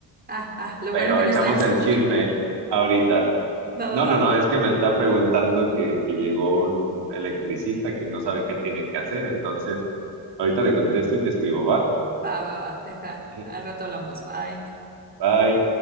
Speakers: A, on the right (about 25°); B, on the right (about 80°).
A: Ah, ah, lo
B: pero
A: bueno que no
B: echamos
A: es la ex.
B: el chisme ahorita.
A: Va,
B: No,
A: va,
B: no,
A: va,
B: no, es que me está preguntando que, que llegó un electricista que no sabe qué tiene que hacer, entonces ahorita le contesto y te escribo, ¿va?
A: va, va, va. Deja,
B: <laughs>
A: al rato hablamos. Bye.
B: Bye.